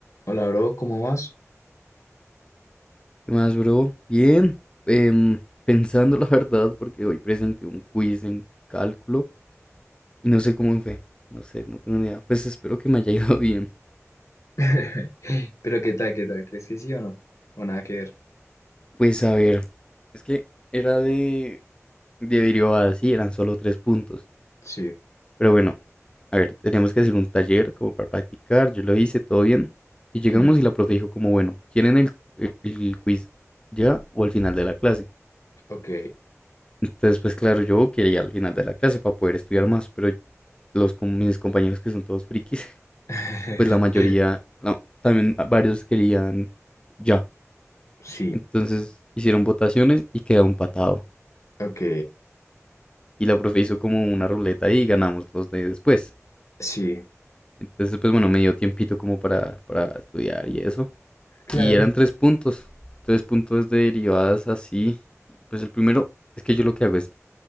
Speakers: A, on the left (about 65°); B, on the left (about 20°).
A: Hola, bro, ¿cómo vas?
B: ¿Qué más, bro? Bien, em, pensando la verdad, porque hoy presenté un quiz en cálculo y no sé cómo me fue. No sé, no tengo ni idea. Pues espero que me haya <laughs> ido bien.
A: <laughs> Pero qué tal, qué tal, ¿crees que sí o no? O nada que ver.
B: Pues a ver, es que era de, de derivadas, sí, eran solo tres puntos.
A: Sí.
B: Pero bueno, a ver, teníamos que hacer un taller como para practicar. Yo lo hice, todo bien. Y llegamos
A: Mm,
B: y la profe dijo como, bueno, ¿quieren el, el quiz ya o al final de la clase?
A: ok.
B: Entonces, pues claro, yo quería al final de la clase para poder estudiar más, pero los, con mis compañeros que son todos frikis, <laughs>
A: <laughs>
B: pues la mayoría, no, también a- varios querían ya.
A: Sí,
B: Entonces hicieron votaciones y quedó empatado.
A: ok.
B: Y la profe hizo como una ruleta y ganamos los de después.
A: Sí.
B: Entonces, pues bueno, me dio tiempito como para, para estudiar y eso.
A: Claro.
B: Y eran tres puntos, tres puntos de derivadas así. Pues el primero es que yo lo que hago es